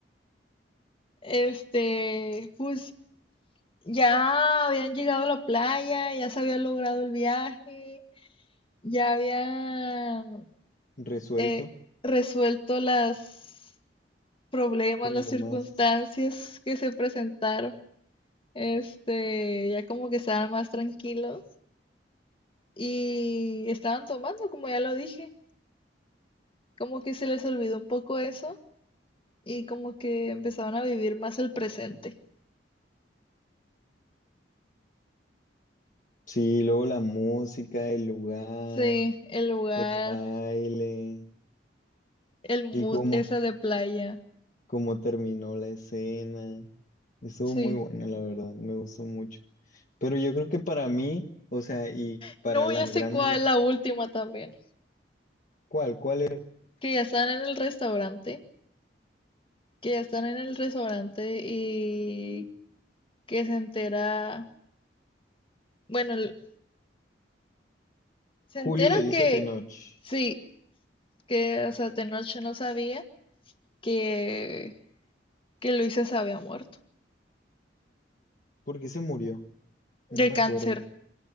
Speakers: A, on the left (about 30°); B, on the left (about 45°).
A: Este, pues Ya habían llegado a la playa, ya se había logrado el viaje, ya habían
B: Resuelto,
A: eh, resuelto los problemas,
B: problemas.
A: las circunstancias que se presentaron. Este, ya como que estaban más tranquilos y estaban tomando, como ya lo dije, como que se les olvidó un poco eso y como que empezaron a vivir más el presente.
B: Sí, luego la música, el lugar,
A: Sí, el lugar,
B: el baile.
A: el mood
B: Y cómo,
A: esa de playa.
B: cómo terminó la escena. Estuvo
A: Sí.
B: muy buena, la verdad, me gustó mucho. Pero yo creo que para mí, o sea, y
A: No,
B: para la
A: ya
B: gran
A: sé cuál,
B: mayoría.
A: la última también.
B: ¿Cuál? ¿Cuál era?
A: Que ya están en el restaurante, que ya están en el restaurante y que se entera, bueno, el- se
B: Julio
A: entera
B: le dice
A: que
B: a Tenoch,
A: sí, que, o sea, Tenoch no sabía que, que Luisa se había muerto.
B: ¿por qué se murió? No
A: De
B: me
A: cáncer,
B: acuerdo.